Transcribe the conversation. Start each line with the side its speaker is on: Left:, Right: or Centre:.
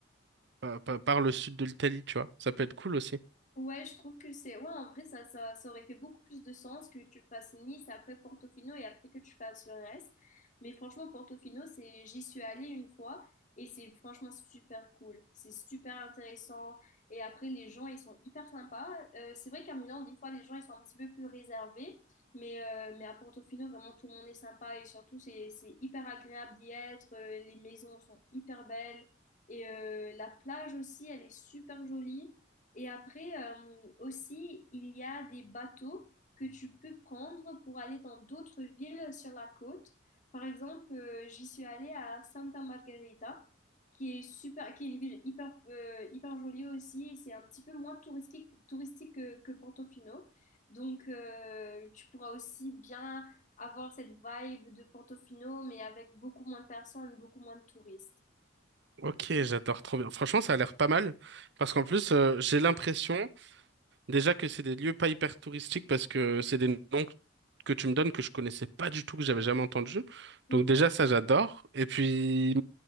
Right: pa- pa- par, le sud de l'Italie, tu vois. Ça peut être cool aussi.
Left: Ouais, je trouve que c'est... Ouais, en vrai, ça, ça, ça aurait fait beaucoup plus de sens que tu fasses Nice, après Portofino et après que tu fasses le reste. Mais franchement, Portofino, c'est... J'y suis allée une fois et c'est franchement super cool. C'est super intéressant. Et après, les gens, ils sont hyper sympas. Euh, c'est vrai qu'à Milan, des fois, les gens, ils sont un petit peu plus réservés. Mais, euh, mais à Portofino, vraiment, tout le monde est sympa et surtout, c'est, c'est hyper agréable d'y être. Euh, Les maisons sont hyper belles. Et euh, la plage aussi, elle est super jolie. Et après, euh, aussi, il y a des bateaux que tu peux prendre pour aller dans d'autres villes sur la côte. Par exemple, euh, j'y suis allée à Santa Margherita, qui est super, qui est une ville hyper, euh, hyper jolie aussi. et C'est un petit peu moins touristique, touristique que, que Portofino. Donc, euh, tu pourras aussi bien avoir cette vibe de Portofino, mais avec beaucoup moins de personnes, beaucoup moins de touristes.
Right: Ok, j'adore trop bien. Franchement, ça a l'air pas mal parce qu'en plus, euh, j'ai l'impression Déjà que c'est des lieux pas hyper touristiques parce que c'est des noms que que tu me donnes que je connaissais pas du tout, que j'avais jamais entendu.
Left: Mhm,
Right: Donc déjà ça j'adore. Et puis